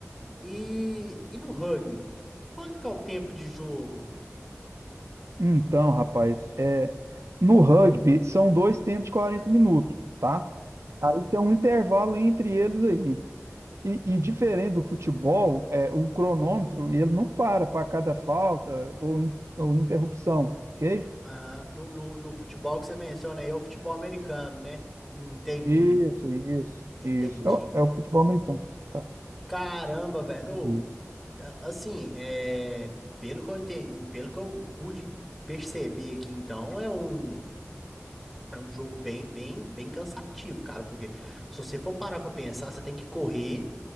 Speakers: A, in the centre; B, on the right.
A: E, e no rugby? Quanto que é o tempo de jogo?
B: Então, rapaz, é, no rugby são dois tempos de 40 minutos, tá? Aí tem um intervalo entre eles aí. E, e diferente do futebol, é, o cronômetro ele não para para cada falta ou, in- ou interrupção, ok?
A: Aham. No, no, no futebol que você menciona aí é o futebol americano, né? Entendi,
B: Isso, isso,
A: entendi.
B: isso. É o, é o futebol americano. Tá.
A: Caramba, velho. Ô,
B: Isso.
A: a- Assim, é, pelo que eu entendi, pelo que eu pude perceber aqui, então, é um, é um jogo bem, bem, bem cansativo, cara, porque se você for parar pra pensar, você tem que correr.